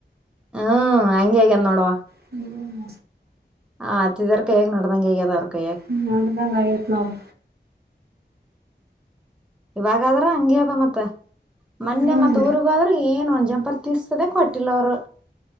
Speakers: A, in the centre; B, on the right (about 60°).
A: ಹ್ಮ್ ಹಂಗೆ ಆಗ್ಯದ ನೋಡವ್ವಾ.
B: ಹ್ಮ್
A: ಆ ಅತ್ತಿದೆರ್ ಕೈಯಾಗ ನಾಡದಂಗೆ ಆಗ್ಯದ ಅವ್ರ. ಕೈಯಾಗ
B: ಹ್ಮ್ ನಡದಂಗ್ ಅಗೆತಿ ನೋಡ್
A: ಇವಾಗಾದ್ರ ಹಂಗಿ ಅದ ಮತ್ತ ಮೊನ್ನೆ
B: ಹ್ಮ್
A: ಮತ್ತ ಊರಿಗೋದ್ರೆ ಏನ್ ಒಂದ್ ಜಂಪ ಅಟ್ಲಿಸ್ಟ್ ಗೆ ಕೊಟ್ಟಿಲೋರು.